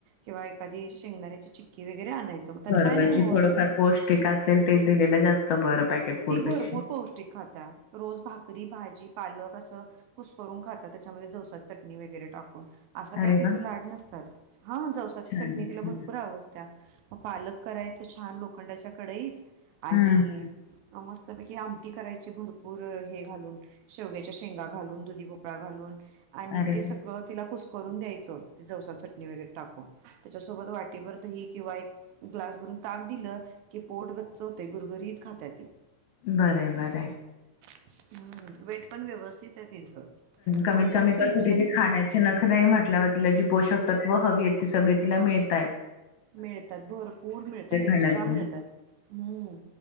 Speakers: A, on the right; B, on the left.
A: किंवा एखादी शेंगदाण्याची चिक्की वगैरे आ आणायचं, मग त्यान
B: बरोबर
A: काय नाही
B: जी
A: होत.
B: थोडंफार पौष्टिक असेल ते दिलेलं जास्त बरं. पॅकेट फूडपेक्षा.
A: ती भरपूर पौष्टिक खात्या, रोज भाकरी, भाजी, पालक असं. कुस्करून खात्या त्याच्यामध्ये जवसा चटणी वगैरे टाकून. असं काही
B: अरे
A: तिचे
B: वाह!
A: लाड नसतात, हा जवसाची
B: छान
A: चटणी
B: आहे, छान
A: तिला भरपूर
B: आहे.
A: आवडते. त्या मग पालक करायचं, छान लोखंडाच्या कडईत आणि
B: हं, हं.
A: मस्तपैकी आमटी करायची भरपूर हे घालून शेवग्याच्या शेंगा घालून, दुधी गोपळा घालून आणि
B: अरे
A: ते सग
B: वाह!
A: सगळ तिला कुस्करून द्यायचं जवसा चटणी वगैरे टाकून, त्याच्या सोबत वाटीभर दही किंवा एक ग्लास भरून ताक दिलं की पोट गच्च होतेय, गरगरीत खात्या ती.
B: बरयं बरयं.
A: हम्म! वेट पण व्यवस्थित आहे तिचं.
B: कमीत
A: म्हणजे
B: कमी
A: असं
B: कसं
A: टेन्शन
B: तिचे
A: नाही
B: खाण्याचे
A: आहे
B: नखरे आहे म्हटल्यावर त पोषक तत्व हवी आहेत, ते सगळे तिला मिळतायेत.
A: मिळतात भरपूर मिळतात, एक्स्ट्रा
B: खाण्यातून.
A: मिळतात. हम्म!